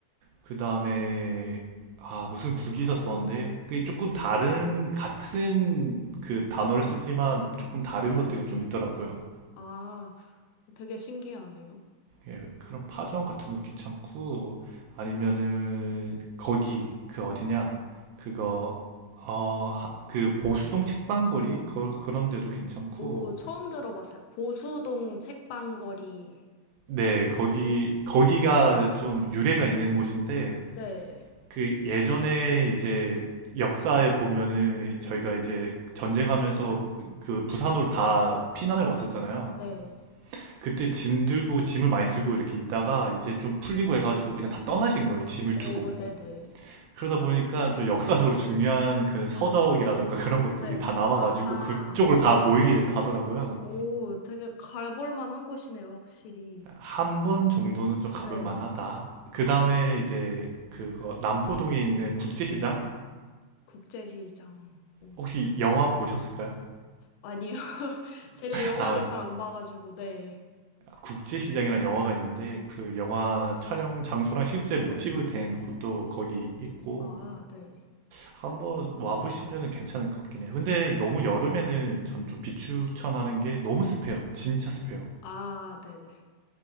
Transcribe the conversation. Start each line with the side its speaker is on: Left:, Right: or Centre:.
Right: 그 다음에 아 무슨 국이서 썼는데 그게 조금 다른 같은 그 단어를 쓰지만 조금 다른
Left: 네.
Right: 것들이 좀 있더라고요.
Left: 아, 되게 신기하네요.
Right: 예, 그런 파전 같은 거 괜찮고 아니면은 거기 그 어디냐 그거 어 그 보수동 책방거리 거, 그런 데도 괜찮고
Left: 오, 처음 들어봤어요. 보수동 책방거리예요?
Right: 네 거기 거기가 좀 유래가 있는 곳인데
Left: 네.
Right: 그 예전에 이제 역사에 보면은 저희가 이제 전쟁하면서 그 부산으로 다 피난을 왔었잖아요.
Left: 네.
Right: 그때 짐 들고 짐을 많이 들고 이렇게 있다가 이제 좀 풀리고 해가지고 그냥 다 떠나신 거예요. 짐을
Left: 오,
Right: 두고.
Left: 네네.
Right: 그러다 보니까 좀 역사적으로 중요한 그 서적이라던가 <laughs> 그런 것들이
Left: 네.
Right: 다 남아가지고
Left: 아하.
Right: 그쪽으로 다 모이게 됐다 하더라고요.
Left: 오, 되게 가볼 만한 곳이네요, 확실히.
Right: 한 번 정도는 좀 가볼
Left: 네.
Right: 만하다. 그 다음에 이제 그거 남포동에 있는 국제시장?
Left: 국제시장. 음.
Right: 혹시 영화 보셨을까요?
Left: 아니요. <laughs> 제가 영화를
Right: 아,
Left: 잘 안 봐가지고, 네.
Right: 국제시장이라는 영화가 있는데 그 영화 촬영 장소랑 실제 모티브 된 곳도 거기 있고
Left: 아, 네.
Right: 한번 와보시면은 괜찮을 것 같긴 해요. 근데 너무 여름에는 전 좀 비추천하는 게 너무 습해요. 진짜 습해요.
Left: 아, 네네.